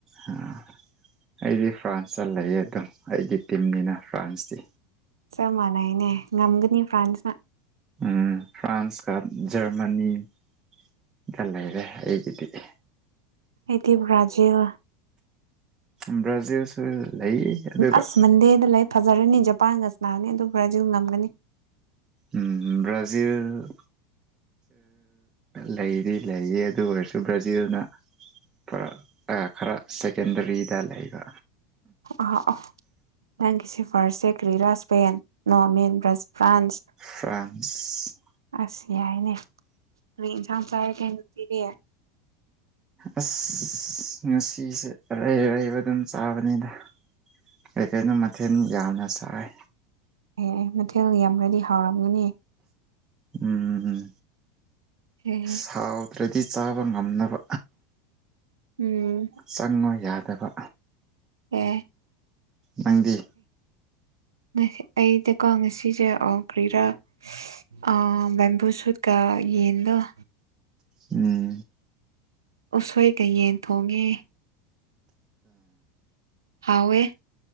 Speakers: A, on the right; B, on the right.
A: ꯑ <unintelligible> ꯑꯩꯗꯤ ꯐ꯭ꯔꯥꯟꯁꯇ ꯂꯩꯌꯦ ꯑꯗꯨꯝ ꯑꯩꯒꯤ ꯇꯤꯝꯅꯤꯅ ꯐ꯭ꯔꯥꯟꯁꯇꯤ
B: ꯆꯞ ꯃꯥꯟꯅꯩꯅꯦ ꯉꯝꯒꯅꯤ ꯐ꯭ꯔꯥꯟꯁꯅ
A: ꯑꯝ ꯐ꯭ꯔꯥꯟꯁꯀ ꯖꯔꯃꯅꯤꯒ ꯂꯩꯔꯦ ꯑꯩꯒꯤꯗꯤ
B: ꯑꯩꯗꯤ ꯕ꯭ꯔꯥꯖꯤꯜ
A: ꯝꯕ꯭ꯔꯥꯖꯤꯜꯁꯨ ꯂꯩ ꯑꯗꯨꯒ
B: ꯑꯁ ꯃꯟꯗꯦꯗ ꯂꯩ ꯐꯖꯔꯅꯤ ꯖꯄꯥꯟꯒ ꯁꯥꯟꯅꯔꯅꯤ ꯑꯗꯨ ꯕ꯭ꯔꯥꯖꯤꯜ ꯉꯝꯒꯅꯤ
A: ꯑꯝ ꯕ꯭ꯔꯥꯖꯤꯜ ꯂꯩꯗꯤ ꯂꯩꯌꯦ ꯑꯗꯨ ꯑꯣꯏꯔꯁꯨ ꯕ꯭ꯔꯥꯖꯤꯜꯅ ꯈꯔ ꯑꯥ ꯈꯔ ꯁꯦꯀꯦꯟꯗꯔꯤꯗ ꯂꯩꯕ
B: ꯑ ꯑ ꯅꯪꯒꯤ ꯁꯦ ꯐꯥꯔꯁꯁꯦ ꯀ꯭ꯔꯤ ꯔꯥꯥꯁꯄꯦꯟ ꯅꯣꯔꯃꯦꯟ ꯕ꯭ꯔꯁ ꯐ꯭ꯔꯥꯟꯁ
A: ꯐ꯭ꯔꯥꯟꯁ
B: ꯑꯁ ꯌꯥꯏꯅꯦ ꯀꯔꯤ ꯏꯟꯁꯥꯡ ꯆꯥꯔꯒꯦ ꯉꯁꯤꯗꯤ
A: ꯑꯁ ꯉꯁꯤꯁꯦ ꯑꯔꯩ ꯑꯔꯩꯕ ꯑꯗꯨꯝ ꯆꯥꯕꯅꯤꯗ ꯀꯩ ꯀꯩꯅꯣ ꯃꯊꯦꯜ ꯌꯥꯝꯅ ꯆꯥꯏ
B: ꯑꯝ ꯃꯊꯦꯜ ꯌꯥꯝ꯭ꯔꯗꯤ ꯍꯥꯎꯔꯝꯒꯅꯤ
A: ꯎꯝ ꯎ ꯎꯝ
B: ꯑꯦ
A: ꯁꯥꯎꯗ꯭ꯔꯗꯤ ꯆꯥꯕ ꯉꯝꯅꯕ
B: ꯎꯝ
A: ꯆꯪꯕ ꯌꯥꯗꯕ
B: ꯑꯦ
A: ꯅꯪꯗꯤ
B: ꯑꯦ ꯑꯩꯗꯤ ꯉꯁꯤꯁꯦ ꯑꯣ ꯒ꯭ꯔꯤꯔꯥ ꯑꯣ ꯕ‌ꯦꯝꯕꯨ ꯁꯨꯠꯒ ꯌꯦꯟꯗ‌ꯣ
A: ꯎꯝ
B: ꯎꯁꯣꯏ ꯀ ꯌꯦꯟ ꯊꯣꯡꯉꯦ ꯍꯧꯋꯦ